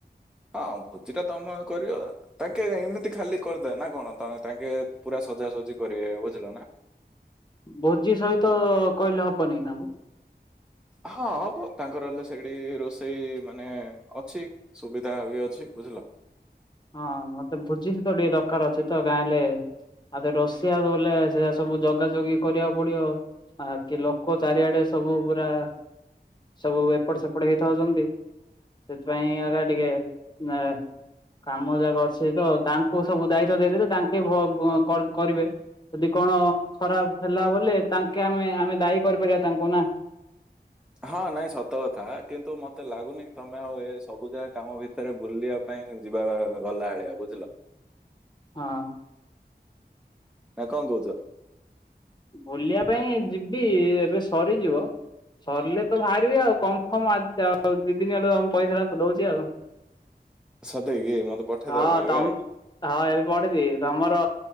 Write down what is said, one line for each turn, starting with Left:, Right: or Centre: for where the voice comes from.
Centre: ହଁ ଭୋଜି ଟା ତମେ ଆଉ କରିବ। ତାଙ୍କେ ଏମିତି ଖାଲି କରିଦେବେ ନା କଣ ତାଙ୍କେ ପୁରା ସଜାସଜି କରିବେ ବୁଝିଲ ନା।
Left: ଭୋଜି ସହିତ କହିଲେ ହବନି ତାଙ୍କୁ?
Centre: ହଁ ହବ ତାଙ୍କର ହେଲେ ସେଇଠି ରୋଷେଇ ମାନେ ଅଛି। ସୁବିଧା ବି ଅଛି ବୁଝିଲ।
Left: ହଁ ହଁ ମତେ ଭୋଜି ସେତେବେଳେ ଟିକେ ଦରକାର ଅଛି ତ ଗାଁ ହେଲେ ଆଉଥରେ ରଷିଆକୁ ବଲେ ସେଟା ସବୁ ଜଗା ଜଗି କରିବାକୁ ପଡିବ। ଆ କି ଲୋକ ଚାରିଆଡେ ସବୁ ପୁରା ସବୁ ଏପଟ ସେପଟ ହେଇଥାଉଚନ୍ତି। ସେଥିପାଇଁ ଆକା ଟିକେ ଏ କାମ ଯାକ ଅଛି ତ। ତାଙ୍କୁ ସବୁ ଦାୟିତ୍ଵ ଦେଇଦେଲେ ତାଙ୍କେ ଭ ଭ କରିବେ ଆଉ। ଯଦି କଣ ଖରାପ ହେଲା ବୋଲେ ତାଙ୍କେ ଆମେ ଆମେ ଦାୟୀ କରିପାରିବା ତାଙ୍କୁ ନା।
Centre: ହଁ ନାଇଁ ସତ କଥା କିନ୍ତୁ ମତେ ଲାଗୁନି କି ତମେ ଆଉ ଏ ସବୁ ଯାକ କାମ ଭିତରେ ବୁଲିବା ପାଇଁ ଯିବା ଗଲା ଭଳିଆ ବୁଝିଲ।
Left: ହଁ।
Centre: ନା କଣ କହୁଚ?
Left: ବୁଲିବା ପାଇଁ ଯିବି ଏବେ ସରିଯିବ। ସରିଲେ ତ ବାହାରିବେ ଆଉ କନଫର୍ମ ଆ ଆଉ ଦୁଇ ଦିନ ହେଲେ ପଇସାଟା ତ ଦଉଚି ଆଉ।
Centre: ସତେକି ମତେ ପଠେଇ
Left: ହଁ
Centre: ଦବକି ଏବେ?
Left: ତମ ହଁ ଏବେ ପଠେଇ ଦେବି। ତମର